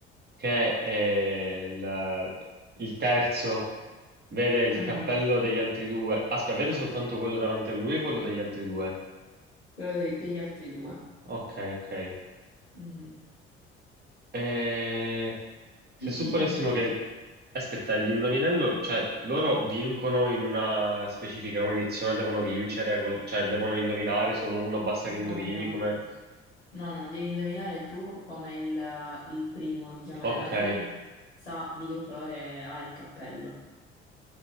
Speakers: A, on the right; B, on the left.
A: che eh, il, il terzo vede il
B: Mm,
A: cappello degli altri due, aspetta, vede soltanto quello davanti a lui e quello degli altri due.
B: quello dei- degli altri due.
A: Ok, ok.
B: Mhm.
A: Eh, se
B: <clears throat>
A: supponessimo che... Aspetta, l'indovinello, cioè loro vincono in una specifica condizione, devono vincere, qual- cioè devono indovinare, solo uno basta
B: No,
A: che indovini
B: no,
A: come...
B: no. No, no, devi indovinare tu come il, il primo, diciamo,
A: Ok,
B: della fila sa di che colore ha il cappello,